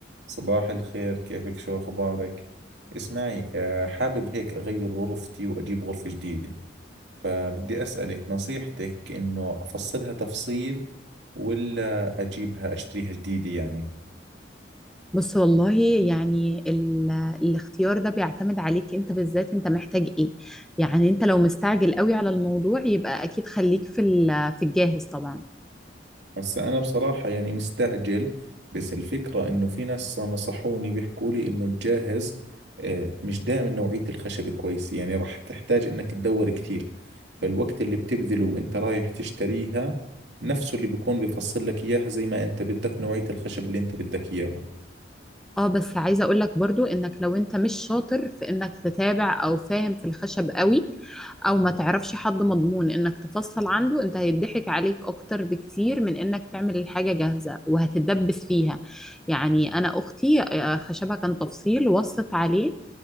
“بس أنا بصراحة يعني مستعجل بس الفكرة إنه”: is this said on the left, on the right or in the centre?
Right